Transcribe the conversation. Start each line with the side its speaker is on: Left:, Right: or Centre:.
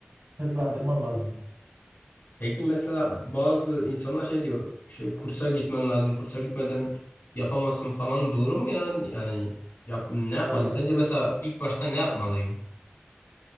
Right: hızlandırman lazım.
Left: Peki mesela bazı insanlar şey diyor. Şey, kursa gitmen lazım. Kursa gitmeden yapamazsın falan. Doğru mu ya? Yani yap, ne yapmalıyım?
Right: Ya ya
Left: Sence mesela ilk başta ne yapmalıyım?